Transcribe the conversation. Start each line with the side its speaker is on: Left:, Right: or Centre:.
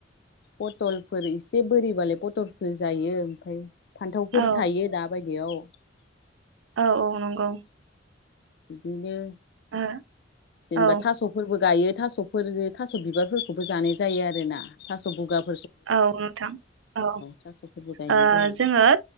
Left: पटलफोर एसे बोरिबालाय पथलफोर जायो ओमफ्राय फान्थावफोर
Right: औ
Left: थायो दाबायदियाव
Right: औ औ नंगौ
Left: बिदिनो
Right: ओ
Left: जेनेबा
Right: औ
Left: थास'फोरबो गायो ।' थास' बिबारफोरखौबो जानाय जायो आरोना थास' बुगा
Right: औ नोंथां औ
Left: थास'फोरबो गायनाय
Right: ओ
Left: जायो
Right: जोङो